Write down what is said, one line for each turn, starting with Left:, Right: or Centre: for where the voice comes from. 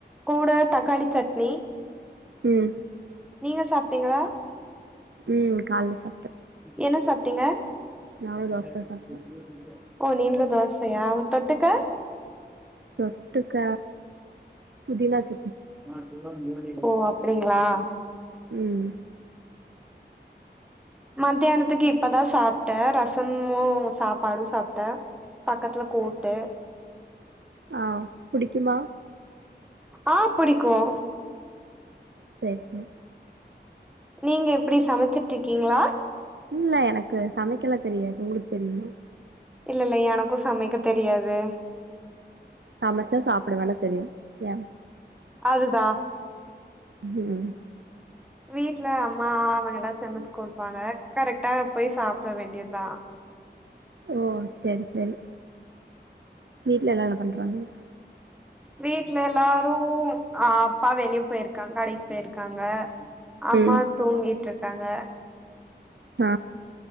Centre: கூட தக்காளி சட்னி
Right: ம்
Centre: நீங்க சாப்ட்டீங்களா
Right: ம் கால்ல சாப்ட்டே
Centre: என்ன சாப் டிங்க
Right: நானு தோசதா
Centre: <inaudible>
Right: சாப்ட்டே
Centre: ஓ நீங்களும் தோசையா தொட்டுக்க
Right: தொட்டுக்க புதினா ச
Centre: ஆ செரி ஓ அப்பிடிங்களா
Right: ம்
Centre: மத்தியானத்துக்கு இப்பதான் சாப்ட்டேன் ரசமும் சாப்பாடும் சாப்ட்டேன் பக்கத்துல கூட்டு
Right: ஆ புடிக்குமா
Centre: ஆ புடிக்கும்
Right: செரி செரி
Centre: நீங்க எப்பிடி சமைச்சிட்டு இருக்கீங்களா
Right: இல்ல எனக்கு சமைக்கலா தெரியாது உங்களுக்கு தெரியுமா
Centre: இல்ல இல்ல எனக்கு சமைக்க தெரியாது
Right: சமச்சா சாப்பட வேணா தெரியு ஏ
Centre: அதுதா
Right: ம்
Centre: வீட்ல அம்மா அவங்கெலா செமச்சி குடுப்பாங்க கரெக்டா போய் சாப்ட வேண்டியதா
Right: ஓ செரி செரி வீட்ல எல்லா என்ன பண்றாங்க
Centre: வீட்ல எல்லாரு அப்பா வெளிய போயிருக்காங்க கடைக்கு போயிருக்காங்க அம்மா
Right: ம்
Centre: தூங்கி ட்ருக்காங்க
Right: ஆ